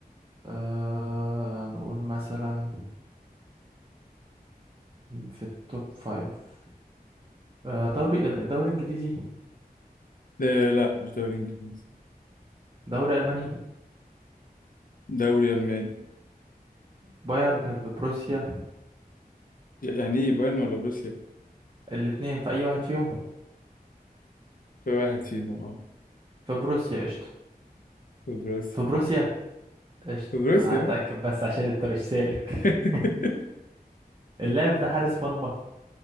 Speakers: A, on the right; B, on the left.
A: آه نقول مثلا في التوب فايف آه، دوري دوري انجليزي
B: آه لا مش دوري انجليزي
A: دوري الماني
B: دوري الماني
A: بايرن ببروسيا
B: يعني ايه بايرن ولا بروسيا
A: الاتنين في اي واحد فيهم
B: في واحد فيهم اه
A: في بروسيا قشطه
B: في بروسيا
A: في بروسيا قشطه
B: في بروسيا
A: هتاكد بس عشان انت مش سالك
B: <laughs>
A: <laughs> اللاعب ده حارس مرمى